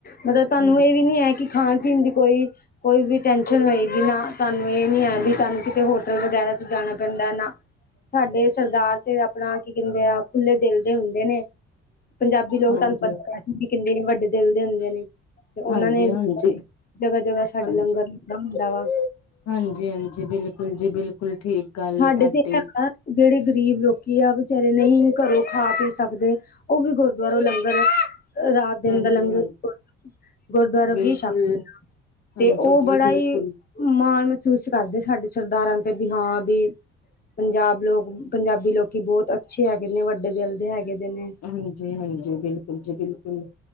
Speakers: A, on the left (about 30°); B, on the left (about 60°).
A: ਮਤਲਬ
B: ਹੂੰ,
A: ਤੁਹਾਨੂੰ ਇਹ ਵੀ ਨੀ ਹੈ ਕਿ ਖਾਣ ਪੀਣ ਦੀ ਕੋਈ। ਕੋਈ ਵੀ ਟੈਨਸ਼ਨ ਹੋਏਗੀ ਨਾ ਸਾਨੂੰ ਇਹ ਨੀ ਹੈ ਵੀ ਤੁਾਨੂੰ ਕਿਤੇ ਹੋਟਲ ਵਗੈਰਾ ਚ ਜਾਣਾ ਪੈਂਦਾ ਨਾ। ਸਾਡੇ ਸਰਦਾਰ ਤੇ ਆਪਣਾ ਕੀ ਕਹਿੰਦੇ ਆ ਖੁੱਲੇ ਦਿਲ ਦੇ ਹੁੰਦੇ ਨੇ ਪੰਜਾਬੀ ਲੋਕ
B: ਹਾਂਜੀ,
A: ਤੁਹਾਨੂੰ ਪਤਾ। ਕਿੰਦੇ ਨੇ ਵੱਡੇ ਦਿਲ ਦੇ ਹੁੰਦੇ ਨੇ ਤੇ ਉਹਨਾਂ
B: ਹਾਂਜੀ,
A: ਨੇ
B: ਹਾਂਜੀ,
A: ਜਗ੍ਹਾ ਜਗ੍ਹਾ ਸਾਡੇ
B: ਹਾਂਜੀ।
A: ਲੰਗਰ। ਲੱਗਾ ਹੁੰਦਾ ਵਾ।
B: ਹਾਂਜੀ, ਹਾਂਜੀ ਬਿਲਕੁਲ ਜੀ, ਬਿਲਕੁਲ ਠੀਕ ਗੱਲ
A: ਸਾਡੇ
B: ਹੈ ਤੁਹਾਡੀ।
A: ਤੇ ਹੈਗਾ ਜਿਹੜੇ ਗ਼ਰੀਬ ਲੋਕੀ ਆ ਵਿਚਾਰੇ ਨਹੀਂ ਘਰੋਂ ਖਾ ਪੀ ਸਕਦੇ। ਉਹ ਵੀ ਗੁਰਦੁਆਰੋ ਲੰਗਰ ਰਾਤ ਦਿਨ
B: ਹਾਂਜੀ,
A: ਦਾ ਲੰਗਰ।
B: ਹਾਂਜੀ
A: ਗੁਰਦੁਆਰਾ
B: ਬਿਲਕੁਲ
A: ਤੋਂ ਵੀ ਛਕਦੇ ਹਾਂ ਤੇ
B: ਹਾਂਜੀ
A: ਉਹ
B: ਜੀ
A: ਬੜਾ
B: ਬਿਲਕੁਲ।
A: ਹੀ। ਮਾਣ ਮਹਿਸੂਸ ਕਰਦੇ ਸਾਡੇ ਸਰਦਾਰਾਂ ਤੇ ਵੀ ਹਾਂ ਵੀ ਪੰਜਾਬ ਲੋਕ। ਪੰਜਾਬੀ ਲੋਕੀ ਬਹੁਤ ਅੱਛੇ ਹੈਗੇ ਨੇ। ਵੱਡੇ ਦਿਲ ਦੇ ਹੈਗੇ ਦੇ ਨੇ।
B: ਹਾਂਜੀ ਹਾਂਜੀ, ਬਿਲਕੁਲ ਜੀ ਬਿਲਕੁਲ